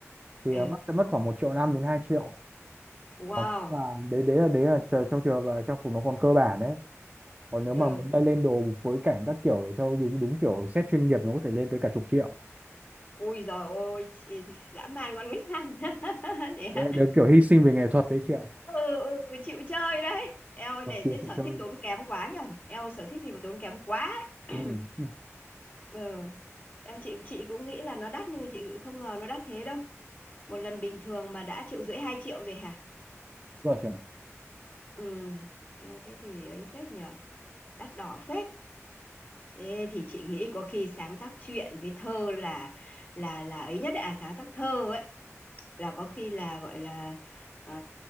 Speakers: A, on the right; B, on the left.
A: thì
B: ừ
A: à, mất sẽ mất khoảng một triệu năm đến hai triệu
B: wow
A: còn nếu mà đấy đấy là đấy là chờ- trong trường hợp là trang phục nó còn cơ bản đấy còn nếu mà
B: ừ
A: muốn lên đồ phối cảnh các kiểu theo đúng đúng kiểu set chuyên nghiệp nó có thể lên tới cả chục triệu
B: ui giời ôi chị- dã man con nít ăn <laughs>
A: đấy là đều kiểu hy sinh về nghệ thuật đấy chị ạ
B: ừ ừ chịu chơi đấy eo ơi,
A: còn
B: này
A: tiền
B: thế
A: chị
B: sở
A: chơi
B: thích tốn kém quá nhở eo ơi, sở thích gì mà tốn kém quá ấy.
A: ừ. ừ.
B: <clears throat> ừ eo chị chị cũng nghĩ là nó đắt nhưng chị không ngờ nó đắt thế đâu một lần bình thường mà đã triệu rưỡi hai triệu rồi hả
A: rồi chị ạ
B: ừ eo thế thì ấy phết nhở đắt đỏ phết thế thì chị nghĩ có khi sáng tác truyện với thơ là là là ấy nhất đấy à sáng tác thơ ấy là có khi là gọi là ờ,